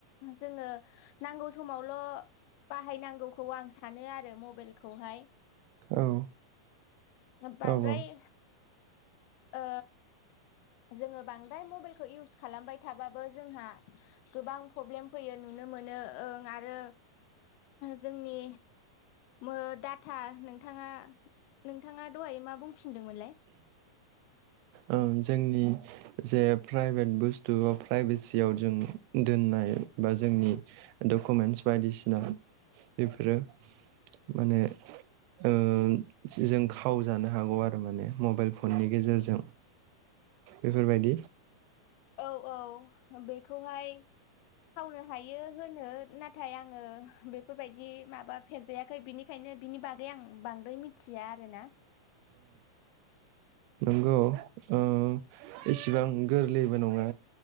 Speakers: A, on the left (about 85°); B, on the right (about 85°).
A: जोङो नांगौ समावल' बाहायनांगौ खौ आं सानो आरो मबाइलखौहाय
B: औ
A: बांद्राय
B: औ औ
A: ओ जोङो बांद्राय मबाइलखौ इउस खालामबाय थाबाबो जोंहा गोबां प्रब्लेम फैयो नुनो मोनो ओं आरो जोंनि मो दाटा नोंथाङा नोंथाङा दहाय मा बुं फिनदोंमोनलाय?
B: ओं जोंनि जे प्राइभेट बुस्थु बा प्राइभेसियाव जों दोननाय बा जोंनि डकुमेन्टस बायदिसिना बेफोरो माने ओ जों खाव जानो हागौ आरो माने मबाइल फननि गेजेरजों बेफोरबायदि
A: औ औ बेखौहाय खावनो हायो होनो नाथाय आङो बेफोरबायदि माबा फेरजाया बिनिखायनो बिनि बागै आं बांद्राय मिथिया आरो ना
B: नंगौ ओ इसिबां गोरलैबो नङा